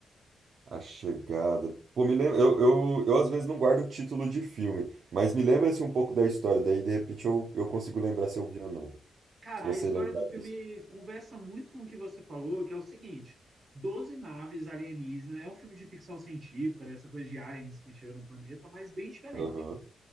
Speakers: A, on the right; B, on the right.
A: A chegada. Pô, me lembra. Eu, eu, eu às vezes não guardo o título de filme, mas me lembra assim, um pouco da história. Daí, de repente, eu, eu consigo lembrar se eu vi ou não.
B: Cara,
A: Se você
B: a história
A: lembrar
B: do filme
A: da história.
B: conversa muito com o que você falou, que é o seguinte: 12 naves alienígenas, é um filme de ficção científica, né, essa coisa de aliens que chegam no planeta, mas bem diferente.
A: Aham.